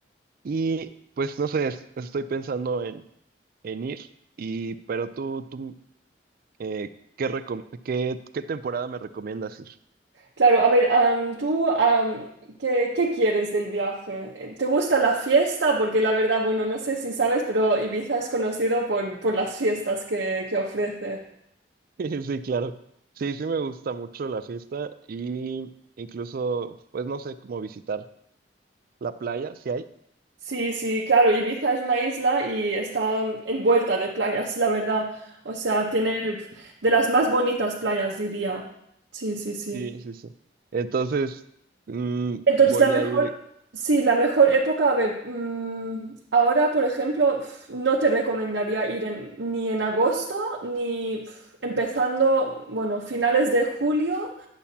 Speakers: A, on the right; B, on the right.
A: Y pues no sé, es- estoy pensando en, en ir. Y, pero tú, tú Eh, ¿qué, recom- qué, qué temporada me recomiendas ir?
B: Claro, a ver, am, tú, am, ¿qué, qué quieres del viaje? ¿Te gusta la fiesta? Porque la verdad, bueno, no sé si sabes, pero Ibiza es conocido por, por las fiestas que, que ofrece.
A: <laughs> Sí, claro. Sí, sí me gusta mucho la fiesta y incluso, pues no sé cómo visitar la playa, si hay.
B: Sí, sí, claro, Ibiza es una isla y está mm, envuelta de playas, la verdad. O sea, tiene de las más bonitas playas, diría. Sí, sí, sí.
A: Sí, sí, sí. Entonces, mm,
B: Entonces,
A: voy
B: la mejor,
A: a ir,
B: sí, la mejor época, a ver, mm, ahora, por ejemplo, pf, no te recomendaría ir en- ni en agosto, ni pf, empezando, bueno, finales de julio.